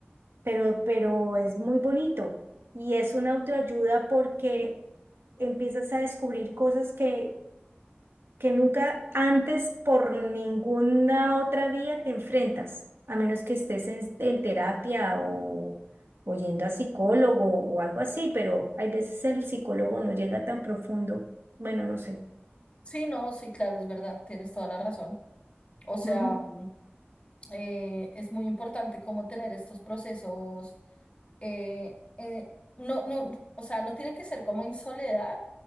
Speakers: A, on the right; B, on the left.
A: Pero, pero es muy bonito y es una autoayuda porque empiezas a descubrir cosas que que nunca antes por ninguna otra vía te enfrentas, a menos que estés en, en terapia o, o yendo a psicólogo o algo así, pero hay veces el psicólogo no llega tan profundo, bueno, no sé.
B: Sí, no, sí, claro, es verdad, tienes toda la razón. O sea,
A: Ujú,
B: mm, eh, es muy importante cómo tener estos procesos. eh, eh, no, no, o sea, no tiene que ser como en soledad,